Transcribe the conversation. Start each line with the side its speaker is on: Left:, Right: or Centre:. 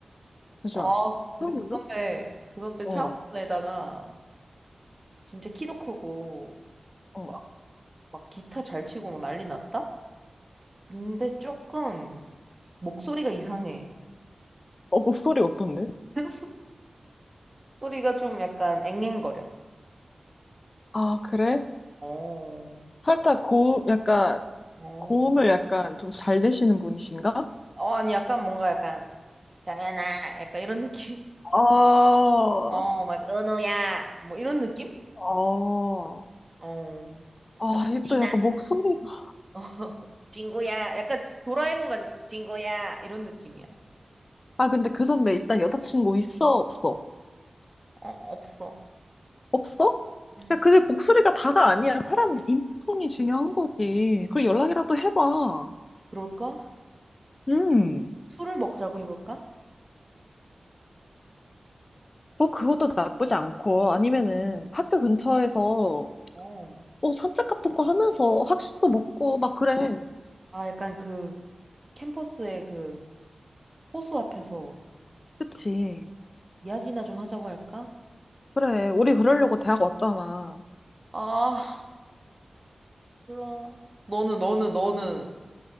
Left: 잠시만.
Right: 아, 근데
Left: 그럼요?
Right: 그 선배, 그 선배
Left: 어,
Right: 차은우에다가 진짜 키도 크고,
Left: 어.
Right: 막, 막 기타 잘 치고 막 난리 났다? 근데 조금 목소리가 이상해.
Left: 어, 목소리 어떤데?
Right: <laughs> 소리가 좀 약간 앵앵거려.
Left: 아, 그래?
Right: 어,
Left: 살짝 고음, 약간,
Right: 어.
Left: 고음을 약간 좀 잘 내시는 분이신가?
Right: 어, 아니, 약간 뭔가 약간, 정연아, 약간 이런 느낌?
Left: 아...
Right: <laughs> 어, 막, 은우야, 뭐 이런 느낌?
Left: 아...
Right: 어,
Left: 아,
Right: 약간,
Left: 일단
Right: 수진아,
Left: 약간 목소리가.
Right: 어, 친구야, 약간 도라에몽 같은, 친구야, 이런 느낌이야.
Left: 아, 근데 그 선배 일단 여자친구 있어, 없어?
Right: 어, 없어.
Left: 없어?
Right: 음,
Left: 야, 근데 목소리가 다가 아니야. 사람 인품이 중요한 거지. 그리고 연락이라도 해봐.
Right: 그럴까?
Left: 음,
Right: 술을 먹자고 해볼까?
Left: 뭐 그것도 나쁘지 않고, 아니면은 학교 근처에서
Right: 어.
Left: 뭐 산책 같은 거 하면서 학식도 먹고 막 그래.
Right: 아, 약간 그, 캠퍼스의 그, 호수 앞에서
Left: 그치.
Right: 이야기나 좀 하자고 할까?
Left: 그래, 우리 그러려고 대학 왔잖아.
Right: 아, 몰라. 너는, 너는, 너는.